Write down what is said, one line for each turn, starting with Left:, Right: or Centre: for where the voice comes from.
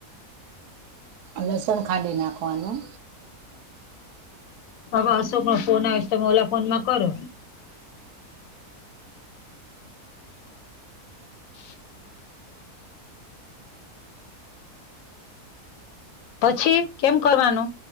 Right: લસણ ખાડી નાખવાનું
Left: હવે અશોક નો ફોન આવેસ તમે ઓલા ફોન માં કરો <inaudible> પછી કેમ કરવાનું